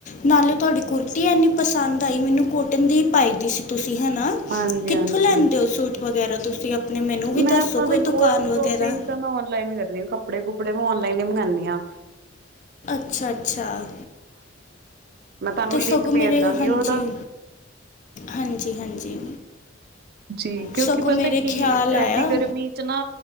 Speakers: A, on the left; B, on the right.
A: ਨਾਲੇ ਤੁਆਡੀ ਕੁਰਤੀ ਏਨੀਂ ਪਸੰਦ ਆਈ ਮੈਨੂੰ ਕੋਟਨ ਦੀ ਈ ਪਾਈ ਦੀ ਸੀ ਤੁਸੀਂ। ਹੇਨਾਂ
B: ਹਾਂਜੀ
A: ਕਿੱਥੋਂ
B: ਹਾਂਜੀ
A: ਲੈਂਦੇ ਹੋ ਸੂਟ? ਵਗੈਰਾ ਤੁਸੀਂ ਆਪਣੇ ਮੈਨੂੰ ਵੀ
B: ਮੈਂ
A: ਦੱਸੋ
B: ਤਾਂ
A: ਕੋਈ
B: ਦੇਖੋ
A: ਦੁਕਾਨ
B: ਸ਼ੋਪਿੰਗ
A: ਵਗੈਰਾ
B: ਤਾਂ ਮੈਂ ਔਨਲਾਈਨ ਕਰਦੀ ਹਾਂ ਕੱਪੜੇ ਕੁਪ ਕੱਪੜੇ ਮੈਂ ਔਨਲਾਈਨ ਹੀ ਮੰਗਾਂਣੀ ਆਂ।
A: ਅੱਛਾ। ਅੱਛਾ
B: ਮੈਂ ਤੁਹਾਨੂੰ
A: ਤੇ
B: ਲਿੰਕ
A: ਸਗੋਂ ਮੇਰੇ
B: ਭੇਜ ਦਾਂਗੀ
A: ਹਾਂਜੀ,
B: ਉਹਦਾ।
A: ਹਾਂਜੀ ਹਾਂਜੀ।
B: ਜੀ। ਕਿਉਂਕਿ
A: ਸਗੋਂ
B: ਪਤਾ
A: ਮੇਰੇ
B: ਕੀ
A: ਖਿਆਲ ਆਇਆ
B: ਏਡੀ ਗਰਮੀ ਚ ਨਾ